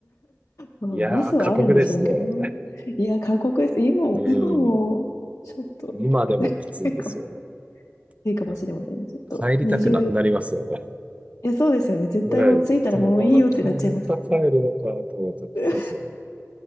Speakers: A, on the left; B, on the right.
A: まあ、
B: <laughs> いやー、
A: バスはあるんでしょうけど、
B: 過酷ですね。
A: いや、過酷です。今も、
B: うん。
A: 今も、ちょっと
B: 今でもきついですよね。
A: いいかも <laughs> いいかもしれません。
B: あの、
A: ちょっと、
B: 帰りたくなくなりますよね。
A: 20、いや、そうですよね。絶対もう着いたらもういいよってなっちゃいます。
B: ねえ、一旦、わか、また帰るのかと思ったらきついですよね。
A: <laughs> い